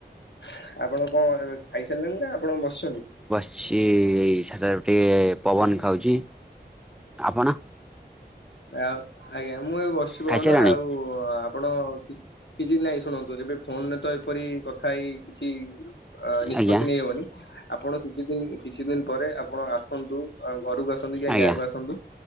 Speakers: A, on the left; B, in the centre.
A: ହଁ ଆପଣ କଣ ଏବେ ଖାଇସାରିଲେଣି ନା ଆପଣ ବସିଛନ୍ତି।
B: ସିଏଇ ସାଧା ରୁଟି ପବନ
A: ଆଜ୍ଞା।
B: ଖାଉଛି ଆପଣ।
A: ଆଉ ଆଜ୍ଞା ମୁଁ ଏବେ ବସିଚି କହୁନ
B: ଖାଇସାରିଲାଣି?
A: ଆଉ। ଆପଣ କିଛି କିଛି ନାଇଁ ଶୁଣନ୍ତୁ ଏବେ ଫୋନ୍ ରେ ତ ଏପରି କଥାହେଇ କିଛି ଅ ନିଷ୍ପତ୍ତି
B: ଆଜ୍ଞା
A: ନେଇହବନି ଆପଣ କିଛିଦିନି କିଛି ଦିନି ପରେ ଆପଣ ଆସନ୍ତୁ ଘରକୁ ଆସନ୍ତୁ କି
B: ଆଜ୍ଞା
A: ଗାଁ କୁ ଆସନ୍ତୁ।